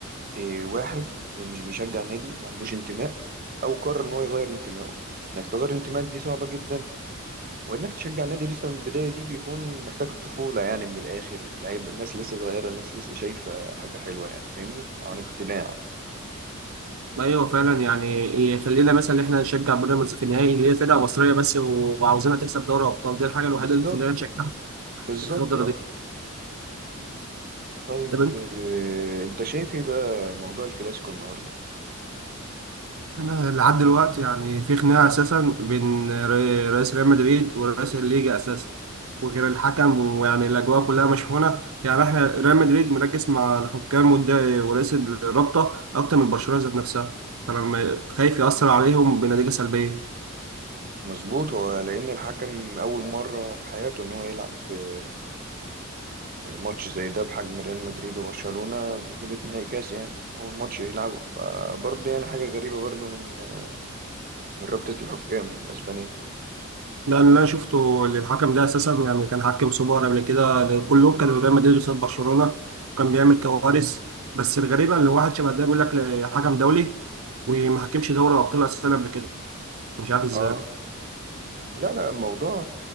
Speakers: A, on the right (about 45°); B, on the right (about 85°).
A: إيه، واحد مش بيشجع نادي ما عندوش انتماء أو قرر إن هو يغير انتمائه إنك تغير انتمائك دي صعبة جدا وانك تشجع نادي لسه من البدايه دي بيكون محتاج طفوله يعني من الاخر اللعيب الناس لسه صغيره الناس لسه شايفه حاجه حلوه يعني فاهمني عن اقتناع
B: ايوه فعلا يعني يخلينا مثلا ان احنا نشجع بيراميدز في النهائي اللي هي فرقه مصريه بس وعاوزينها تكسب دوري ابطال دي الحاجه الوحيده
A: بالظبط
B: اللي تخلينا نشجعها
A: بالظبط
B: في الفتره
A: اه
B: دي
A: طيب
B: طب انت
A: آه، انت شايف ايه بقى موضوع الكلاسيكو النهارده
B: انا لحد دلوقتي يعني في خناقه اساسا بين ري- رئيس ريال مدريد ورئيس الليجا اساسا وغير الحكم ويعني الاجواء كلها مشحونه يعني احنا ريال مدريد مركز مع الحكام والد- ورئيس الرابطه اكتر من برشلونه ذات نفسها فانا م- خايف ياثر عليهم بنتيجه سلبيه
A: مظبوط هو لان الحكم اول مره في حياته ان هو يلعب آه، ماتش زي ده بحجم ريال مدريد وبرشلونه بطوله نهائي كاس يعني اول ماتش يلعبه فبرضه يعني حاجه غريبه برضه من آه، من رابطه الحكام الاسبانيه
B: ده اللي انا شفته اللي الحكم ده اساسا يعني كان حكم سوبر قبل كده كلهم كانوا ريال مدريد قصاد برشلونه كان بيعمل كوارث بس الغريبه ان واحد شبه ده بيقول لك حكم دولي وما حكمش دوري ابطال اساسا قبل كده مش عارف ازاي
A: اه لا لا الموضوع